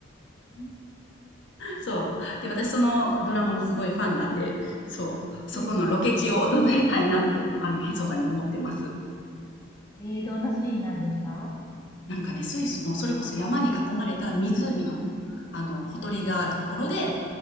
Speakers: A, on the left; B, on the left.
A: うん。
B: そう。で、私そのドラマのすごいファンなんで、そう、そこのロケ地を訪れたいなって、
A: えー
B: あの、密かに思ってます。
A: えー、どんなシーンなんですか
B: なんかね、スイスのそれこそ山に囲まれた湖の、あの、ほとりがあるところで、